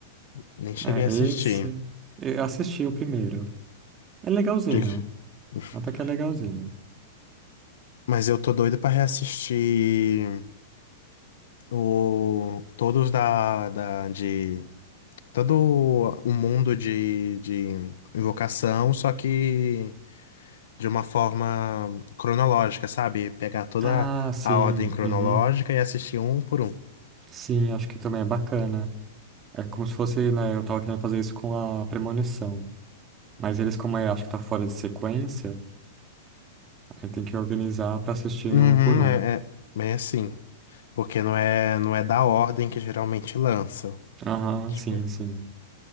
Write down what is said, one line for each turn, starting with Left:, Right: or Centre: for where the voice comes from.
Left: Nem cheguei
Right: É,
Left: a assistir.
Right: esse. Eu assisti o primeiro. É legalzinho.
Left: Que- <laughs>
Right: Até que é legalzinho.
Left: Mas eu tô doido pra reassistir o... todos da, da, de todo um mundo de, de invocação, só que de uma forma cronológica, sabe? Pegar toda
Right: Ah, sim.
Left: a ordem cronológica
Right: Uhum.
Left: e assistir um por um.
Right: Sim, acho que também é bacana. É como se fosse, né? Eu tava querendo fazer isso com a premonição. Mas eles, como eu acho que tá fora de sequência, aí tem que organizar pra assistir
Left: Uhum,
Right: um por um.
Left: é, é bem assim. Porque não é, não é da ordem que geralmente lançam.
Right: Aham,
Left: Tipo,
Right: sim, sim.